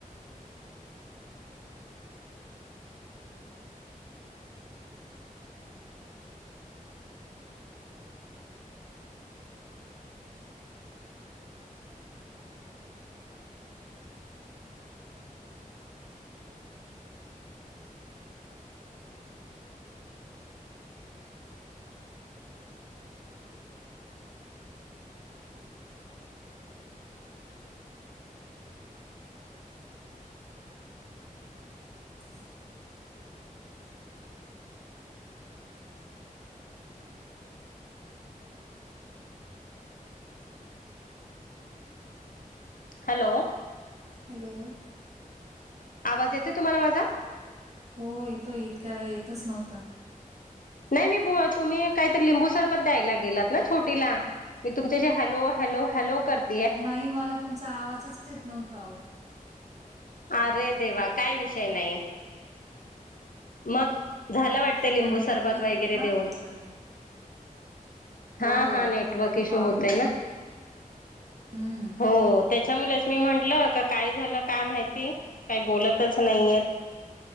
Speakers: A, on the right; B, on the left.
A: हंम
B: हॅलो
A: हॅलो
B: आवांज येते तुम्हांला मांझा
A: हो येतोय इतक्यां वेळं येतंच नव्हतां
B: नाहीं मी बां तुम्हीं कांहीतरी लिंबू सरबंत द्यायला गेलांत नां छोटीला मी तुमचे जे हॅलो हॅलो हॅलो करते
A: नाहीं मलां तुमचा आवांजच येतं नव्हतां हो
B: अरे देवां कायं विषय नाहीं मंग झालं वाटतं लिंबू
A: पण मी
B: सरबंत
A: नाही केला
B: वगैरें
A: म्हटलं
B: देऊंन
A: तर. हो
B: हां हां नेटवर्क
A: तिला खूप
B: ईशू
A: आवडतं
B: होतंय नां
A: ना. हम्म
B: हो त्यांच्यामुळेच मी म्हटलं कां कायं झालं कायं माहिती कांहीं बोलायचं नाहीये